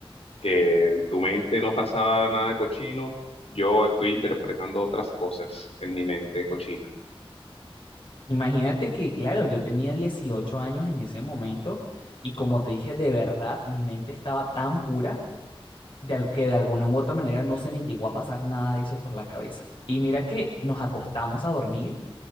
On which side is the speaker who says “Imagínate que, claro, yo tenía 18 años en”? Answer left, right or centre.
Left